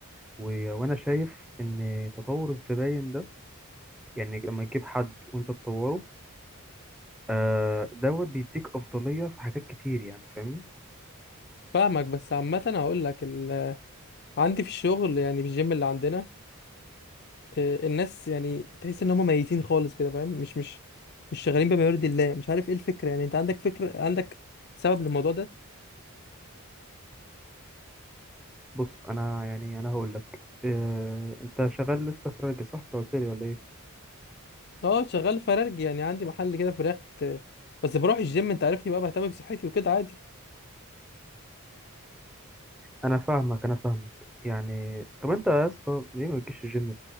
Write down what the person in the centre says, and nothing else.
و... وانا شايف ان تطور الزباين ده يعني لما تجيب حد وانت تطوره آه دوت بيديك افضلية في حاجات كتير يعني فاهمني
بص انا يعني انا هقول لك آه انت شغال لسه في راجل صح انت قلت لي ولا ايه
انا فاهمك انا فاهمك يعني طب انت يا اسطى ليه ما بتجيش الجيم